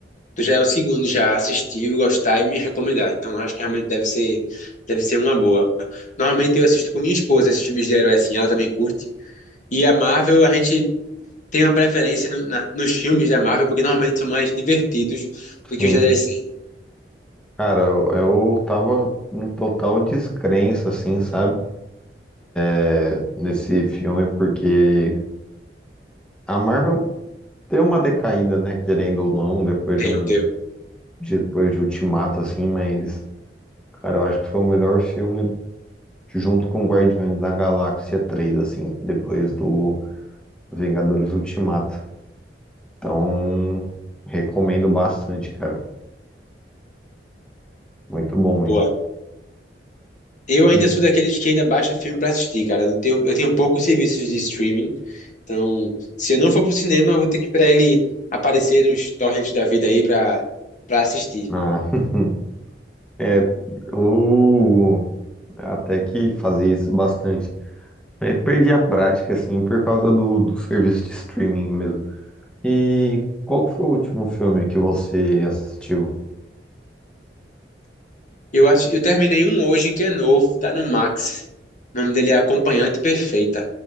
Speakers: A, on the left; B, in the centre.
A: tu já é o segundo já a assistir, gostar e me recomendar. Então, eu acho que realmente deve ser, deve ser uma boa. Normalmente, eu assisto com minha esposa esses filmes de herói assim, ela também curte. E a Marvel, a gente tem uma preferência no- na- nos filmes da Marvel, porque normalmente são mais divertidos do
B: Sim.
A: que os da DC.
B: Cara, eu, eu tava em total descrença, assim, sabe? É, Nesse filme, porque a Marvel deu uma decaída, né? Querendo ou não, depois
A: Deu,
B: de um.
A: deu.
B: de- Depois de Ultimato, assim, mas. Cara, eu acho que foi o melhor filme junto com Guardiões da Galáxia 3 assim, depois do Vingadores Ultimato. Então, recomendo bastante, cara. Muito bom,
A: Boa.
B: hein?
A: Eu ainda
B: E,
A: sou daqueles que ainda baixa filme pra assistir, cara. Eu Não tenho, eu tenho poucos serviços de streaming, então se eu não for pro cinema, eu vou ter que esperar ele aparecer nos torrents da vida aí pra, pra assistir.
B: ah, <laughs> é, eu até que fazia isso bastante. Aí perdi a prática, assim, por causa do, do serviço de streaming mesmo. E qual que foi o último filme que você assistiu?
A: Eu acho, eu terminei um hoje que é novo, tá no Max. O nome dele é Acompanhante Perfeita.